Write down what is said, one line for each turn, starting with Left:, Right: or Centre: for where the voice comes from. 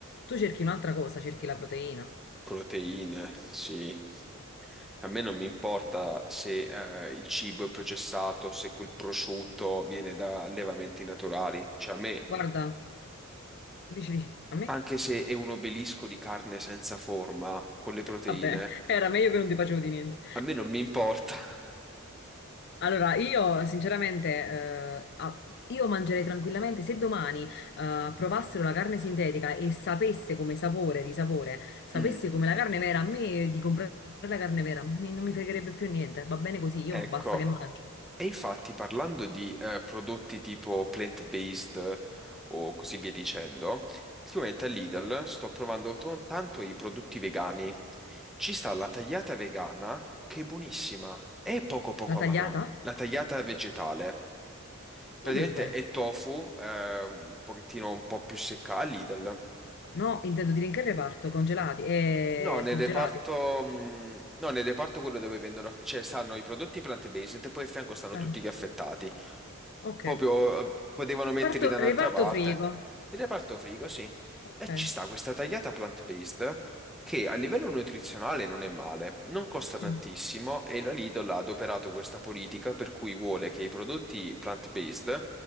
Left: tu cerchi un'altra cosa, cerchi la proteina.
Centre: proteine, sì. A me non mi importa se eh, il cibo è processato, se quel prosciutto viene da allevamenti naturali. Cioè a me,
Left: Guarda, dici, dici, a me?
Centre: anche se è un obelisco di carne senza forma, con le proteine,
Left: Vabbè, <laughs> era meglio che non ti facevo di niente.
Centre: a me non mi importa. <laughs>
Left: Allora, io sinceramente, eh, a- io mangerei tranquillamente, se domani eh, provassero la carne sintetica e sapesse come sapore di sapore, sapesse
Centre: Mm,
Left: come la carne vera, a me di comprare la carne vera, mi- non mi fregherebbe più niente, va bene così, io
Centre: ecco.
Left: basta che mangio.
Centre: E infatti, parlando di eh, prodotti tipo plant-based o così via dicendo, ultimamente a Lidl sto provando to- tanto i prodotti vegani. Ci sta la tagliata vegana, che è buonissima, è poco poco
Left: La tagliata?
Centre: marrone. La tagliata vegetale, praticamente
Left: Ma dove?
Centre: è tofu, eh, un pochettino un po' più secca a Lidl.
Left: No, intendo dire in che reparto? Congelati e
Centre: No, nel
Left: surgelati.
Centre: reparto, mh, no, nel reparto quello dove vendono, cioè stanno i prodotti plant-based e poi a fianco stanno
Left: Ah,
Centre: tutti gli affettati.
Left: ok.
Centre: Proprio eh, potevano metterli
Left: Parto-
Centre: da un'altra
Left: reparto
Centre: parte.
Left: frigo.
Centre: Il reparto frigo, sì.
Left: Ok.
Centre: E ci sta questa tagliata plant-based che a livello nutrizionale non è male, non costa tantissimo
Left: Mm.
Centre: e la Lidl ha adoperato questa politica per cui vuole che i prodotti plant-based